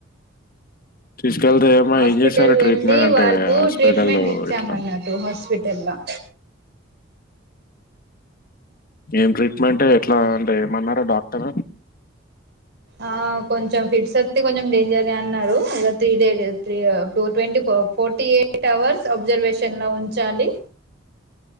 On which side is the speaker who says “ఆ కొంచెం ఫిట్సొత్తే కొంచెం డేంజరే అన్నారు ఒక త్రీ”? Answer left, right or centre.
Right